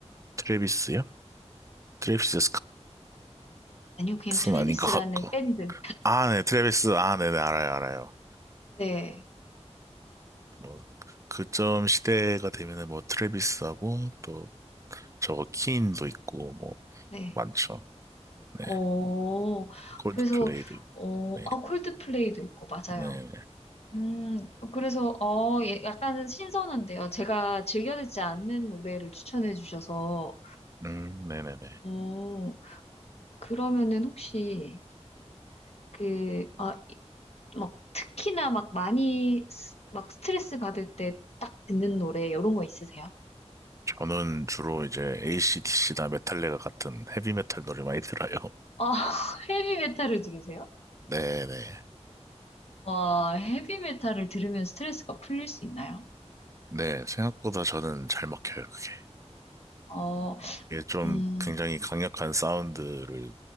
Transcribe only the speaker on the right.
트래비스요? 트래비스
스캇은
아닌 것 같고.
아, 네, 트래비스. 아, 네네, 알아요, 알아요.
뭐, 그쯤 시대가 되면은 뭐, 트래비스하고, 또, 저거, 키인도 있고, 뭐,
많죠. 네,
콜드플레이도
있고,
네,
네,
음, 네네네.
저는 주로 이제 AC/DC나 메탈리카 같은 헤비메탈 노래 많이 들어요. <laughs>
네네.
네, 생각보다 저는 잘 먹혀요, 그게.
이게 좀
굉장히 강력한 사운드를